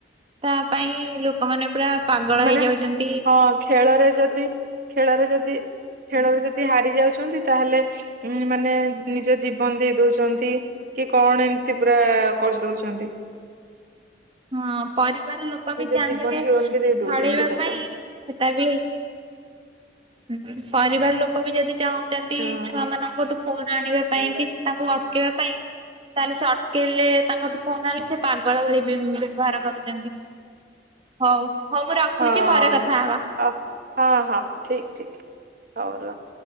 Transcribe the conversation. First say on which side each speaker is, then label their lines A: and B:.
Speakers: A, on the right (about 30°); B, on the right (about 50°).
A: ତାପାଇଁ ଲୋକମାନେ ପୁରା ପାଗଳ
B: ମାନେ
A: ହେଇଯାଉଚନ୍ତି।
B: ହଁ ଖେଳରେ ଯଦି, ଖେଳରେ ଯଦି, ଖେଳରେ ଯଦି ହାରି ଯାଉଛନ୍ତି ତାହେଲେ ଉମ୍ ମାନେ ନିଜ ଜୀବନ ଦେଇ ଦଉଚନ୍ତି। କି କଣ ଏମିତି ପୁରା କରିଦଉଚନ୍ତି।
A: ହଁ ପରିବାର ଲୋକବି
B: ନିଜ
A: ଚାହିଁଲେ
B: ଜୀବନ ଫିବନ ବି ଦେଇ ଦଉଛନ୍ତି
A: ଛାଡ଼େଇବା
B: ଲୋକ
A: ପାଇଁ ହେଟାବି ହୁଁ ପରିବାର ଲୋକବି ଯଦି ଚାହୁ ଚନ୍ତି
B: ହଁ
A: ଛୁଆ
B: ହଁ।
A: ମାନଙ୍କଠୁ ଫୋନ୍ ଆଣିବା ପାଇଁକି
B: ହଉ ରଖୁଛି।
A: ତାଙ୍କୁ ଅଟକେଇବା ପାଇଁ ତାହେଲେସେ ଅଟ୍କେଇଲେ ତାଙ୍କଠୁ ଫୋନ୍ ଆଣିଲେ ସେପାଗଳ ଭଳି ବି ବ୍ୟବହାର କରୁଚନ୍ତି ହଉ। ହଉ ମୁଁ ରଖୁଚି
B: ହଁ
A: ପରେ କଥା ହବା।
B: ହଁ ହଁ, ହଁ ଠିକ୍ ଠିକ୍ ହଉ ର।